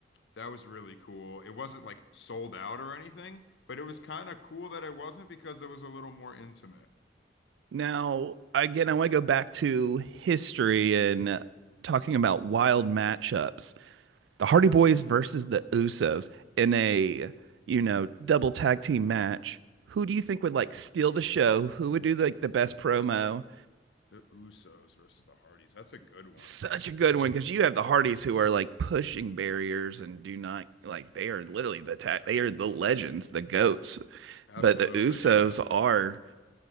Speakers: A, on the left; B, on the right.
A: that was really cool. It wasn't like sold out or anything, but it was kind of cool that it wasn't because it was a little more intimate.
B: Now, again, I want to go back to history and uh, talking about wild matchups. The Hardy Boys versus the Usos in a, you know, double tag team match. Who do you think would like steal the show? Who would do like the best promo?
A: The Usos versus the Hardys. That's a good one.
B: Such a good one because you have the Hardys who are like pushing barriers and do not like they are literally the ta- they are the legends, the goats.
A: Absolutely,
B: But the Usos
A: yeah.
B: are